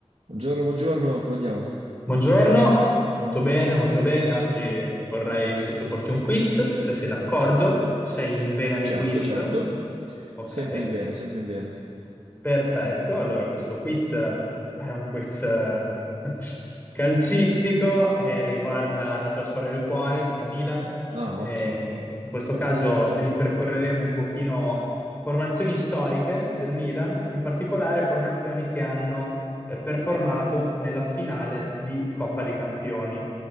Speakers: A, on the right (about 75°); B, on the left (about 15°).
A: Buongiorno, buongiorno, come andiamo?
B: Buongiorno, molto bene, molto bene. Oggi vorrei sottoporti un quiz, se sei d'accordo. Sei in vena di
A: Certo,
B: quiz?
A: certo,
B: Ok.
A: sempre in vena, sempre in vena.
B: Perfetto, allora questo quiz è un quiz eh, <laughs> calcistico e riguarda la tua squadra del cuore, il Milan.
A: Ah,
B: Eh,
A: ottimo.
B: in questo caso ripercorreremo un pochino formazioni storiche del Milan, in particolare formazioni che hanno eh, performato nella finale di Coppa dei Campioni.